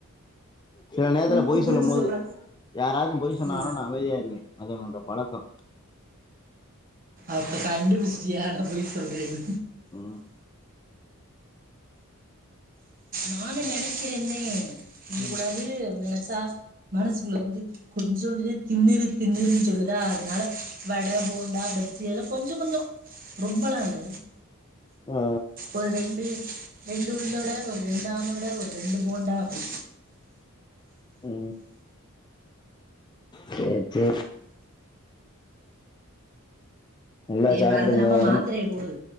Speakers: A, on the left; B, on the right.
A: சில நேரத்துல
B: உள்குத்து
A: பொய் சொல்லும்
B: வச்சு
A: போது
B: சொல்ற
A: யாராது பொய் சொன்னாங்கனா
B: ம்
A: அமைதியா இருங்க அது என்னோட பழக்கோ
B: அப்ப கண்டுபுடிச்சிட்டியா அதனால‌ பொய் சொல்றயான்
A: ம்
B: நானு நெனைக்கிறேன்னே இங்க
A: ம்
B: கூடாது நெனச் தா மனசுக்குள்ள வந்து கொஞ்சூண்டுதே தின்னுறுன் தின்னுறுன் சொல்லுதா அதனால வட போண்டா பஜ்ஜி எல்லா கொஞ்சோ கொஞ்சோ ரொம்ப எல்லா இல்ல
A: ஆ
B: ஒரு ரெண்டு ரெண்டு உளுந்த வட ஒரு ரெண்டு ஆனோட ஒரு ரெண்டு போண்டா அப்புடி
A: ம் சேரி சேரி நல்லா
B: சரி
A: சாப்புடுங்க
B: மறந்துடாம
A: ஒடம்ப்
B: மாத்திரையை போடு